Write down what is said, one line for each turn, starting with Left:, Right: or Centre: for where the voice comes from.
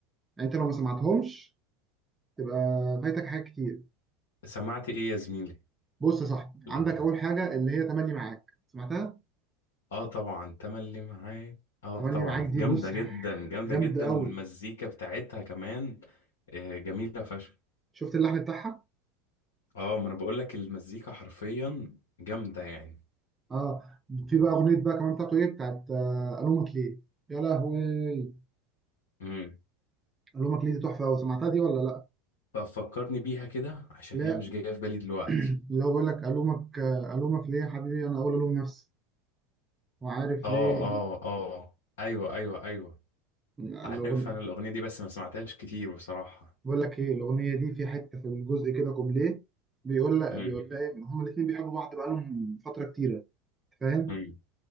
Right: يعني انت لو ما سمعتهمش تبقى فايتك حاجات كتير
Left: سمعت ايه يا زميلي
Right: بص يا صاحبي
Left: العم
Right: عندك اول حاجه اللي هي تملي معاك سمعتها
Left: اه طبعا تملي معاك اه
Right: تملي
Left: طبعا
Right: معاك دي
Left: جامدة
Right: بص
Left: جدا جامدة
Right: جامد
Left: جدا
Right: قوي
Left: والمزيكا بتاعتها كمان آه، جميلة فشخ
Right: شفت اللحن بتاعها
Left: اه ما انا بقول لك المزيكا حرفيا جامدة يعني
Right: اه في بقى اغنيه بقى كمان بتاعته ايه بتاعت آه، الومك ليه يا لهوي
Left: امم
Right: الومك ليه دي تحفه قوي سمعتها دي ولا لا
Left: ففكرني بيها كده عشان
Right: لا
Left: هي مش جاية في بالي دلوقتي
Right: <clears throat> اللي هو بيقول لك الومك آه، الومك ليه يا حبيبي انا اول الوم نفسي وعارف
Left: اه
Right: ليه
Left: اه اه ايوه ايوه ايوه
Right: الاغنيه
Left: عارف انا الاغنيه دي بس ما سمعتهاش كتير بصراحه
Right: بقول لك ايه الاغنيه دي في حته في الجزء كده كوبليه بيقول لك
Left: امم
Right: بيقول لها ايه هما الاثنين بيحبوا بعض بقالهم فتره كتيره أنت فاهم
Left: امم